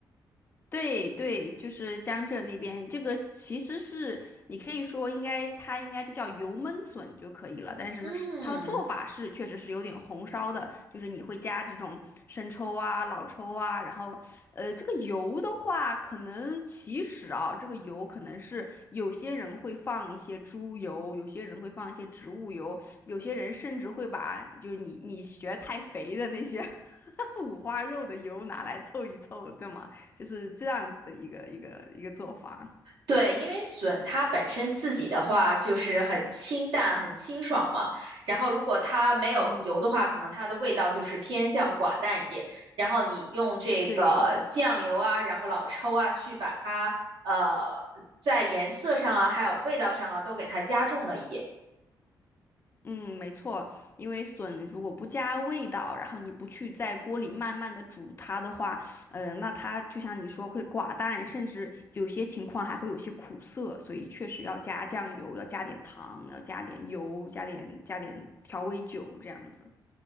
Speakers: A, on the left; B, on the right.
A: 对对，就是江浙那边，这个其实是你可以说应该它应该就叫油焖笋就可以了，但是是它的做法是确实是有点红烧的，
B: 嗯，
A: 就是你会加这种生抽啊、老抽啊，然后呃，这个油的话，可能其实啊，这个油可能是有些人会放一些猪油，有些人会放一些植物油，有些人甚至会把就是你你觉得太肥的那些 <laughs> 五花肉的油拿来凑一凑，对吗？就是这样子的一个一个一个做法。
B: 对，因为笋它本身自己的话就是很清淡、很清爽嘛，然后如果它没有油的话，
A: 嗯，
B: 可能它的味道就是偏向寡淡一点。然后你用这个酱油啊，
A: 对，
B: 然后老抽啊，去把它呃在颜色上啊，还有味道上啊，都给它加重了一点。
A: 嗯，没错，因为笋如果不加味道，然后你不去在锅里慢慢的煮它的话，呃，那它就像你说会寡淡，甚至有些情况还会有些苦涩，所以确实要加酱油，要加点糖，要加点油，加点加点调味酒这样子。